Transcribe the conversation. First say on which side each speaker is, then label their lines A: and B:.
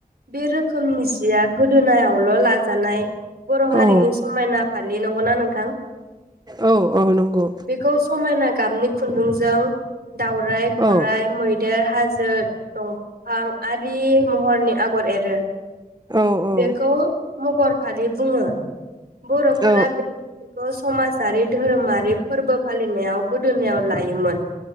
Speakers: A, on the right; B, on the right.
A: बे रोखोमनि सिया गोदोनायावल लाजानाय। बर हारिनि
B: औ
A: समायना फालि नंगौना नोंथां?
B: औ औ नंगौ
A: बेखौ समायना गाबनि खुन्दुंजों दाउराय, गराइ,
B: औ
A: मैदेर, हाजो जो दंफां आरि महरनि आगर एरो
B: औ औ
A: बेखौ मगर फालि बुङो बर'फोरा
B: औ
A: बे समाजारि धोरोमारि फोरबो फालिनायाव गोदोनायाव लायोमोन